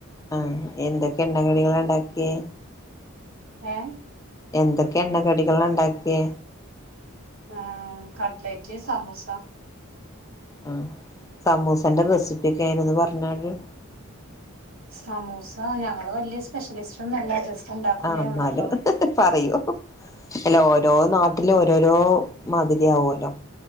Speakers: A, on the left; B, on the right.
A: ആഹ് എന്തൊക്കെ എണ്ണക്കടികളാ ഉണ്ടാക്കിയേ
B: ഹ
A: എന്തൊക്കെ എണ്ണ കടികള ഇണ്ടാക്കിയ
B: ആഹ കട്ട്ലെറ്റ് സമോസ
A: ആ സമൂസന്റെ റെസിപ്പിയ ഒക്കെ നന്ന് പറഞ്ഞരു
B: സമൂസ ഞങ്ങള് വലിയ സ്പെഷ്യലിസ്റ്റ ഒന്നല്ല ജസ്റ്റ് ഉണ്ടാക്കുന്നേ
A: ആ എന്നാലും
B: ഉള്ളൂട്ടോ
A: പറയൂ അല്ല ഓരോ നാട്ടിലും ഒ രോരോ മാതിരിയാവുമല്ലോ